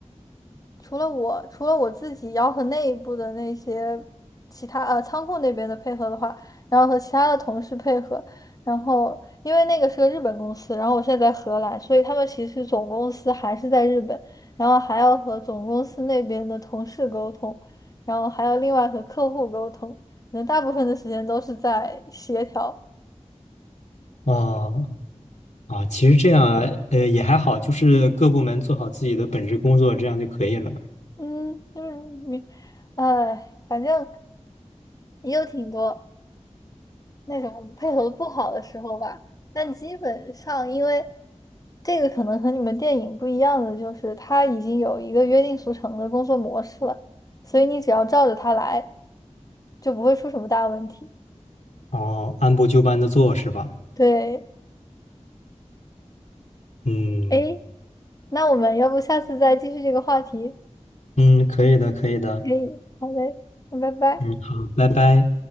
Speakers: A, on the left; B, on the left.
A: 除了我，除了我自己，要和内部的那些其他呃仓库那边的配合的话，然后和其他的同事配合，然后因为那个是个日本公司，然后我现在在荷兰，所以他们其实总公司还是在日本，然后还要和总公司那边的同事沟通，然后还要另外和客户沟通，可能大部分的时间都是在协调，
B: 啊啊，其实这样呃也还好，就是各部门做好自己的本职工作，这样就可以了。
A: 嗯，就是你，哎，反正也有挺多。那种配合不好的时候吧。但基本上，因为这个可能和你们电影不一样的，就是他已经有一个约定俗成的工作模式了，所以你只要照着他来，就不会出什么大问题。
B: 哦，按部就班的做是吧？
A: 对，
B: 嗯
A: 诶，那我们要不下次再继续这个话题？
B: 嗯，可以的，可以的。
A: 可以，好嘞，那拜拜。
B: 嗯，好，拜拜。